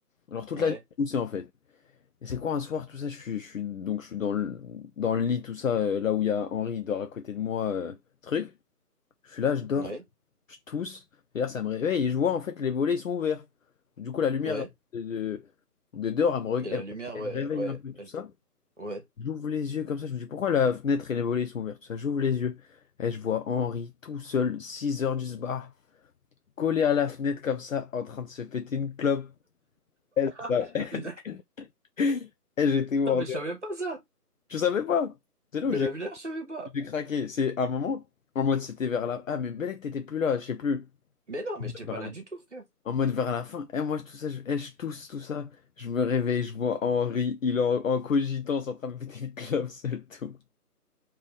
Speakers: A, on the left (about 55°); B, on the right (about 45°).
A: Alors toute
B: Ouais.
A: la nuit, je toussais en fait. Et c'est quoi un soir, tout ça, je suis, je suis, donc je suis dans le, dans le lit, tout ça, euh, là où il y a Henri, il dort à côté de moi, euh, truc. Je suis là, je dors,
B: Ouais.
A: je tousse. D'ailleurs, ça me réveille et je vois en fait les volets, ils sont ouverts. Du coup, la lumière
B: Ouais.
A: de, de, de dehors, elle me, re-
B: Et la
A: elle me
B: lumière,
A: elle
B: ouais,
A: me réveille
B: ouais,
A: un peu,
B: elle
A: tout ça.
B: t- ouais.
A: J'ouvre les yeux comme ça, je me dis pourquoi la fenêtre et les volets sont ouverts, tout ça. J'ouvre les yeux et je vois Henri tout seul, 6 heures du bar, collé à la fenêtre comme ça, en train de se péter une clope. Et ça-
B: <laughs> Mais
A: <laughs> et j'étais mort
B: Attends, mais
A: de
B: je savais
A: rire.
B: pas ça.
A: Tu savais pas? C'est là
B: Mais
A: où j'ai
B: la lumière, je savais pas.
A: j'ai craqué. C'est un moment, en mode c'était vers la. Ah, mais Belek, t'étais plus là, je sais plus.
B: Mais non, mais j'étais
A: Vers
B: pas là
A: la-
B: du tout, frère.
A: En mode vers la fin. Et moi, je- tout ça, je, eh, je tousse, tout ça. Je me réveille, je vois Henri, il est en, en cogitant, en train de péter une clope <laughs> seul, tout.